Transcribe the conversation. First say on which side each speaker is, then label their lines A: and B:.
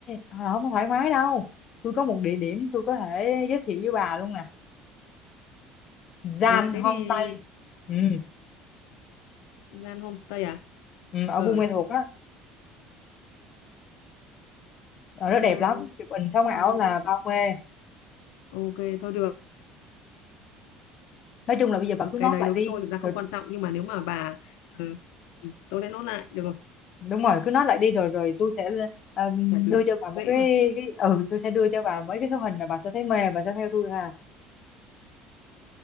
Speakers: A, on the left; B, on the left.
A: hoặc là không có thoải mái đâu tôi có một địa điểm tôi có thể giới thiệu với bà luôn nè Gian
B: ờ thế
A: Hôm
B: thì
A: Tây ừ,
B: gian homestay à
A: ừ, ở
B: ở
A: Buôn Ma Thuột đó ở đó
B: gian
A: đẹp lắm chụp hình sống ảo
B: đây
A: là bao mê
B: ok thôi được
A: nói chung là bây giờ bà cứ nốt
B: cái đấy
A: lại
B: đối
A: đi
B: với tôi thực ra không
A: rồi
B: quan
A: tu-
B: trọng nhưng mà nếu mà bà ừ, ừ, tôi sẽ nốt lại được rồi
A: đúng rồi cứ nốt lại đi rồi rồi tôi sẽ ờ,
B: là được
A: đưa cho bà một
B: dễ
A: cái,
B: mà
A: cái ừ tôi sẽ đưa cho bà mấy cái số hình là bà sẽ thấy mê bà sẽ theo tôi ha